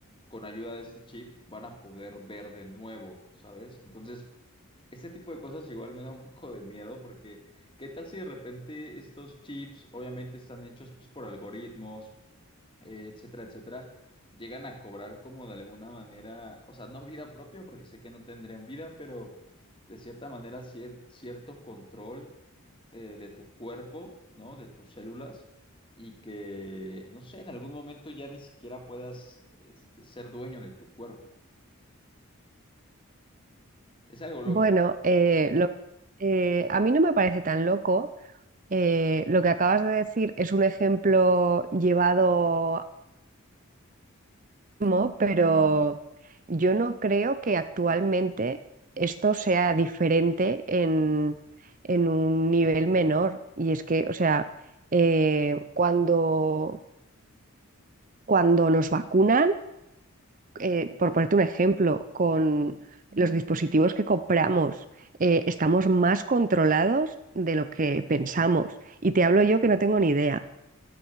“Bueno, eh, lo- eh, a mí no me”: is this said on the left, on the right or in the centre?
Right